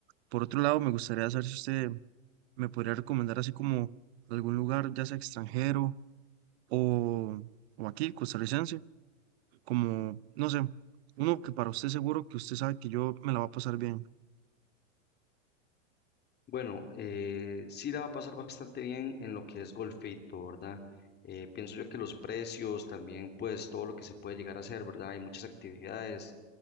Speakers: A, on the right; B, on the left.
A: por otro lado, me gustaría saber si usted me podría recomendar así como algún lugar, ya sea extranjero o, o aquí, costarricense, como, no sé, uno que para usted seguro que usted sabe que yo me la va a pasar bien.
B: Bueno, eh, sí la va a pasar bastante bien en lo que es Golfito, ¿verdad? Eh, pienso yo que los precios, también pues todo lo que se puede llegar a hacer, ¿verdad? Hay muchas actividades,